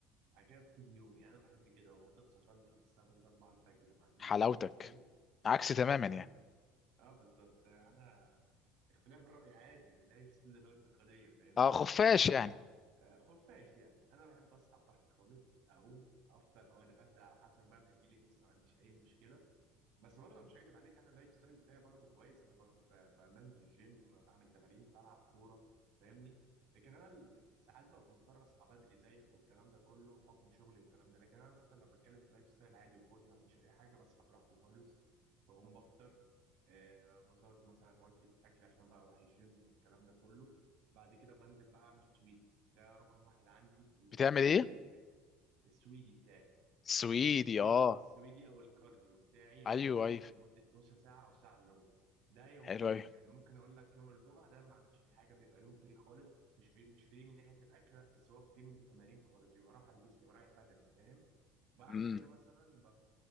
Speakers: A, on the right; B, on the left.
A: بعد كده ابتدي يومي يعني انا بحب كده وافضل سهران لحد الساعه 3 4 الفجر ما عنديش
B: حلاوتك
A: اي مشكله
B: عكسي
A: آه
B: تماما
A: انا من
B: يعني
A: اه بالظبط آه، انا اختلاف الراي عادي لا يفسد للود قضيه فاهمني
B: اه خفاش
A: انا
B: يعني
A: آه، خفاش يعني انا بحب اصحى براحتي خالص اقوم افطر او اتغدى على حسب بقى ما يجي لي نفسي ما عنديش اي مشكله بس برضه مش هكدب عليك انا اللايف ستايل بتاعي برضه كويس انا بر- ب- ب- بنزل الجيم بعمل تمارين بلعب كوره فاهمني لكن انا ال- ساعات ببقى مضطر اصحى بدري زيك والكلام ده كله حكم شغلي والكلام ده لكن انا مثلا لو بتكلم في لايف ستايل عادي وفاضي ما عنديش اي حاجه بصحى براحتي خالص بقوم بفطر آه بظبط مثلا وجبه اكل عشان بقى اروح الجيم والكلام ده كله بعد كده بنزل بقى اعمل سويدي ده رقم واحد عندي في اللايف
B: بتعمل ايه
A: ستايل بتاعي السويدي بتاعي
B: سويدي
A: السويدي
B: اه
A: السويدي او الكارديو بتاعي بنزل
B: ايوه
A: اجري
B: ايوه
A: لمده نص ساعه او ساعه الا ربع ده يوميا
B: حلو اوي
A: يعني ممكن اقول لك يوم الجمعه ده ما اعملش فيه حاجه بيبقى يوم فري خالص مش فري مش فري من ناحيه الاكل لا بس هو فري من التمارين خالص بيبقى راحه لجسمي ورايح بدني فاهم بعد
B: امم
A: كده مثلا